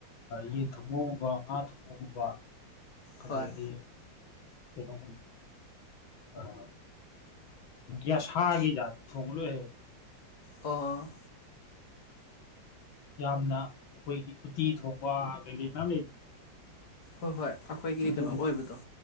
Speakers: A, on the left (about 85°); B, on the left (about 60°).
A: ꯌꯦꯟ ꯊꯣꯡꯕꯒꯨꯝꯕ ꯉꯥ ꯊꯣꯡꯕꯒꯨꯝꯕ ꯑꯗꯩꯗꯤ
B: ꯍꯣꯏ
A: ꯀꯩꯅꯣ <inaudible> ꯌꯥꯁꯥꯒꯤ ꯌꯥ ꯊꯣꯡꯂ <inaudible>
B: ꯑꯣ
A: ꯌꯥꯝꯅ ꯑꯩꯈꯣꯏꯒꯤ ꯎꯇꯤ ꯊꯣꯡꯕ ꯀꯩꯀꯩ ꯃꯌꯥꯝ ꯂꯩ
B: ꯍꯣꯏ ꯍꯣꯏ ꯑꯩꯈꯣꯏꯒꯤ
A: ꯑꯗꯨꯝ
B: ꯀꯩꯅꯣ ꯑꯣꯏꯕꯗꯣ